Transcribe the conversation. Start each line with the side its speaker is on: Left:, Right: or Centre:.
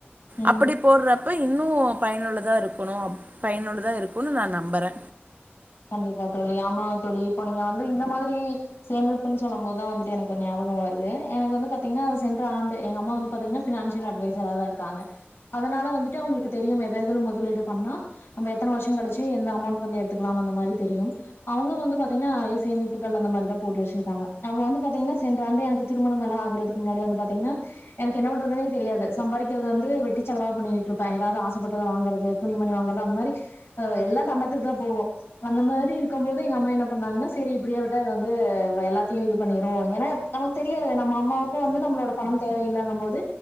Left: ம்
Right: அப்பிடி போட்ற ஓய் இன்னு பயனுள்ளதா இருக்குணு அப் பயனுள்ளதா இருக்குன் நா நம்பறே
Left: கண்டிப்பா தோழி ஆமா தோழி இப்ப நீங்க வந்து இந்த மாதிரி சேமிப்புன் சொல்லம் போதுதா வந்துட்டு எனக்கு ஒரு ஞாபகம் வருது எனக்கு வந்து பாத்தீங்கனா அது சென்ற ஆண்டு எங்க அம்மா வந்து பாத்தீங்கனா ஃபினான்சியல் அட்வைஸ் சரதா இருக்காங்க அதனால வந்துட் டே அவுங்குளுக்கு தெரியுமே எத எதல முதலீடு பண்ணா நம்ப எத்தன வர்ஷோ கழிச்சு என்ன அமௌண்ட் வந்து எடுத் லாம் அந்த மாரி தெரியும் அவுங்குளு வந்து பாத்தீங்னா எ சேமிப்புகள் அந்த மாரிதா போட்டு வச்சிர்க்காங்க அவுங்க வந்து பாத்தீங்னா சென்ற ஆண்டே எனக்கு திருமணம் எல்லா ஆகுறதுக்கு முன்னாடி வந்து பாத்தீங்கனா எனக்கு என்ன பண்றதுனே தெரியாது சம்பாதிக்கிறது வந்து வெட்டி செலவா பண்ணியிட்டுருப்பே எதாது ஆசப்பட்டது வாங்குறது துணிமணி வாங்கறது அந்த மாரி ஆ எல்லா தண்டத்துக்குதா போவோ அந்த மாரி இருக்கம் போது எங்க அம்மா என்ன பண்ணாங்கனா செரி இப்பிடியே விட்டா இவ வந்து வ எல்லாத்தியு இது பண்ணிரோ ஏனா எம் நமக்கு தெரியவே நம்ம அம்மாவுக்கோ வந்து நம்ளோட பணம் தேவையில்லங்க போது